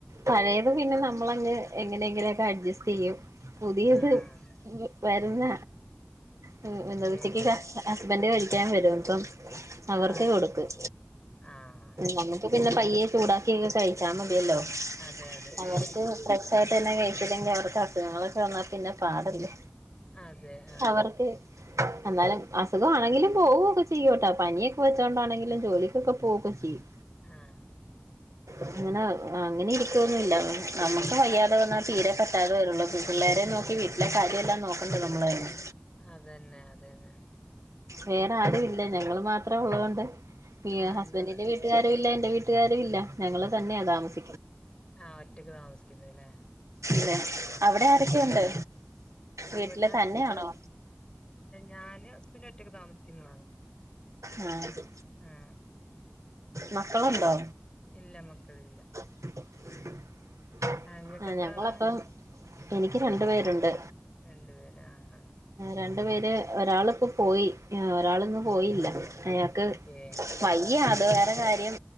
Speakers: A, on the right; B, on the left.
A: പഴയത് പിന്നെ നമ്മളങ്ങ് എങ്ങനെയേനങ്ങനെക്കെ അഡ്ജസ്റ്റ്യ്യും പുതിയത്
B: ആഹ്
A: വരുന്ന <unintelligible>
B: ഏഹ്
A: ഉച്ചക്കില്ല ഹസ്ബൻഡ് കഴിക്കാൻ വരും ഇപ്പം അവർക്കെ
B: ആഹ്
A: കൊടുക്കും
B: ആഹ് ആഹ്
A: നമ്മക്ക് - അപ്പ പിന്നെ പയ്യെ ചൂടാക്കിക്കെ കഴിച്ചാ മതിയല്ലോ
B: അതെ അതെ
A: അവർക്ക്
B: ഉം
A: നേരത്തെന്നെ കഴിച്ചില്ലെങ്കിൽ അവർക്ക് അസുഖങ്ങളൊക്കെ വന്നാ പിന്നെ പാടല്ലേ
B: അതെ ആഹ്
A: അവർക്ക്- എന്നാലും അസുഖാണെങ്കിലും പോവുകയൊക്കെ ചെയ്യോട്ടാ പനിയൊക്കെ വെച്ചോ ണ്ടാണെങ്കിലും ജോലിക്കൊക്കെ പോവുകൊക്കെ ചെയ്യും
B: ആഹ് ഏഹ്
A: അങ്ങനെ- അങ്ങനെ ഇരിക്കുവൊന്നുവില്ല നമുക്ക് വയ്യാതെ വന്നാൽ തീരെ പറ്റാതെ വരുള്ളൂ പിള്ളേരെ നോക്കി വി ട്ടിലെ കാര്യം എല്ലാം നോക്കണ്ടേ നമ്മള് തന്നെ
B: അത് തന്നെ അത് തന്നെ
A: വേറെ ആരുയില്ല ഞങ്ങള് മാത്രം ഉള്ളത് കൊണ്ട് ഈ
B: ആ
A: ഹസ്ബന്റിന്റെ
B: ഇങ്ങള്
A: വീ ട്ടുകാരും ഇല്ല എന്റെ വീട്ടുകാരും ഇല്ല ഞങ്ങള് തന്നെയാ താമസം
B: ആഹ് ഒറ്റക്ക് താമസിക്കുന്നല്ലേ
A: അതെ
B: ആഹ്
A: അവിടെ ആരൊക്കെയുണ്ട്
B: ഇവിടെ
A: വീട്ടില് തന്നെയാണോ
B: എന്റെ ഞാനും ഹസ്ബൻഡും ഒറ്റക്ക് താമസിക്കുന്നതാണ്
A: ആഹ്
B: ആഹ്
A: മക്കളുണ്ടോ
B: ഇല്ല മക്കളില്ല
A: <inaudible>
B: ആ ഇങ്ങക്ക്
A: ആഹ്
B: എത്ര
A: ഞങ്ങളപ്പം
B: ആളാണ്
A: എനിക്ക് രണ്ട് പേരുണ്ട്
B: രണ്ടു പേര് ആ ആ
A: രണ്ട് പേര് ഒരാളിപ്പോ പോയി ഒരാളിന്ന് പോയില്ല
B: ഏ
A: അയാക്ക്-
B: ഏ
A: വയ്യ അത് വേറെ കാര്യം